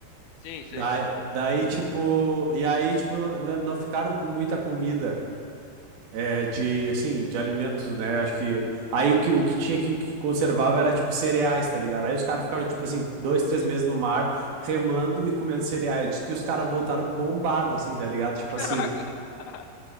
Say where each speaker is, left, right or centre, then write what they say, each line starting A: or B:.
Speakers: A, on the left; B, on the right.
A: Sim, sei.
B: Daí, daí, tipo, e aí, tipo, n- não ficaram com muita comida. É, de, assim, de alimentos, né? Acho que. Aí o que, o que tinha que, que conservava era, tipo, cereais, tá ligado? Aí os caras ficaram, tipo, assim, dois,
A: Hum,
B: três meses no mar, remando e comendo cereais. Diz que os caras voltaram bombado, assim, tá ligado? Tipo
A: caraca.
B: assim.
A: <laughs>